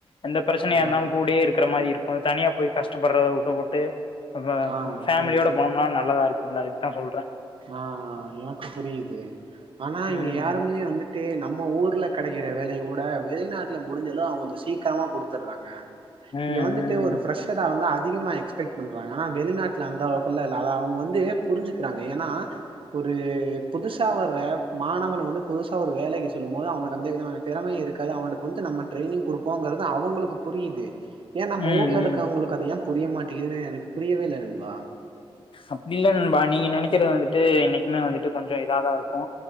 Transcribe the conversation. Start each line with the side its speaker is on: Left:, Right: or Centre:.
Left: எந்த பிரச்சனையா
Right: ஆ
Left: இருந்தாலு கூடயே இருக் இருக்கற மாரி இருக்கு தனியா போய் கஷ்டப்படுறத வுட்டு புட்டு அந்த
Right: ஆ
Left: ஃபேமிலியோட
Right: சேரி
Left: போனோம்னா நல்லதா இருக்கும்ல அது தா சொல்றே
Right: ஆஹ் எனக்கு புரியுது ஆனா
Left: ம்
Right: இங்க யாருமே வந்துட்டு நம் நம்ம ஊர்ல் கெடைக்கிற வேலய வுட வெளிநாட்டில முடிஞ்சாலு அவங்க சீக்கிரமாக கொடுத்தட்றாங்க
Left: ம்
Right: இங்க வந்துட்டு ஒரு பிரஷரா வந்து அதிகமா எக்ஸ்பெக்ட் பண்றாங்கனா வெளிநாட்ல அந்தளவுகலா இல்ல அத அவங்க வந் து புரிஞ்சுக்கிறாங்க னா ஒரு புதுசு சா வர மாணவன் வந்து புதுசா ஒரு வேலைக்கு செல்லும் போது அவனுக்கு எந்த விதமான திறமையு இருக்காது அவனுக்கு வந்து நம்ம ட்ரைனிங் கொடுப்போங்கறது அவங்களுக்கு புரியுது ஏ நம்ம
Left: ம் ம்
Right: ஊர்ல இருக்கவங்களுக்கு
Left: ம்
Right: அது ஏ புரிய மாட்டிக்குதுன் எனக் புரியவே இல்ல நண்பா
Left: அப்டி இல்ல நண்பா நீங்க நெனைக்கறது வந்துட்டு என்னைக்குமே வந்துட்டு கொஞ்சம் இதாதா இருக்கு